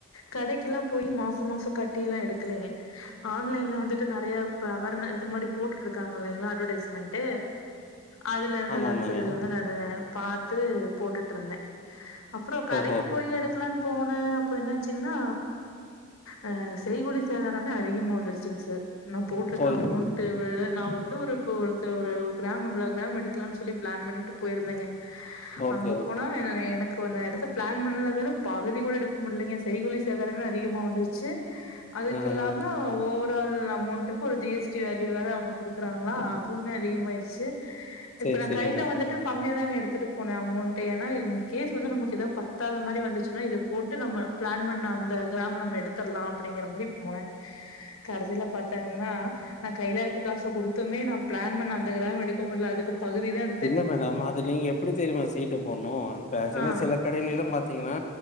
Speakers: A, on the left (about 70°); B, on the left (about 35°).
A: கடைக்கெல்லா போய் மாச மாச கட்டி எல்லா எடுக்கலைங்க ஆன்லைன்ல வந்துட்டு நெறைய இப்ப அவர்ன் இது மாரி போட்டுட்டு இருக்காங்க இல்லங்களா அட்வர்டைஸ்மெண்ட் அதுல இருந்துதாங்க
B: ஆமா ஆமாங்க
A: சார் இது வந்து நானு பாத்து போட்டுட்டு இருந்தே அப்புற கடைக்கு
B: ஓஹோ
A: போய் எடுக்கலான்னு போனே அப்ப என்னாச்சீன்னா அ செய்கூலி சேதாரமே அதிகமா வந்துருச்சுங்க சார் நா போட்டிருக்க
B: ஓய்
A: அமௌண்ட் வ நான் வந்து ஒரு ஒருத்த ஒரு கிராம் இவ்ள கிராம் எடுக்கலானு சொல்லி பிளான் பண்ணிட்டு போயிருந்தங்க
B: ஓகே
A: அங்க
B: ஓகே
A: போனா எ எனக் கு ந எடத்த பிளான் பண்ணதுல பகுதி கூட எடுக்க முடியலங்க செய்கூலி சேதாரமே அதிகமா வந்துருச்சு அதுக்கு
B: ஆ
A: இல்லாம
B: ஆ
A: ஒவ் ஒரல் அமௌண்ட்டுக்கு ஒரு ஜி எஸ் டி வேல்யூ வே அவங்க குடுக்குறாங்களா அதுவுமே அதிகமாயிருச்சு இப்ப
B: சேரி
A: நா
B: சேரிங்க
A: கையில வந்துட்டு கம்மியா தாங்க எடுத்துட்டு போன அமௌண்ட் ஏன்னா இன் கேஸ் வந்து நமக்கு ஏதாவ பத்தாத மாதிரி வந்துச்சுன்னா இது போட்டு நம்ம பிளான் பண்ண அந்த கிராம நம்ம எடுத்தடலா அப்டிங்கிற மாரி போனே கடைசில பாத்தாங்கன்னா நா கையில இருக்க காசு குடுத்துமே நா பிளான் பண்ண அந்த கிராம் எடுக்க முடியல அதுக்கு பகுதி தா
B: இல்ல மேடம் அது நீங்க எப்டி தெரியுமா சீட்டு போடணு இப்ப ஆக்சுவலா
A: ஆ
B: சில கடையிலா பாத்தீங்கன்னா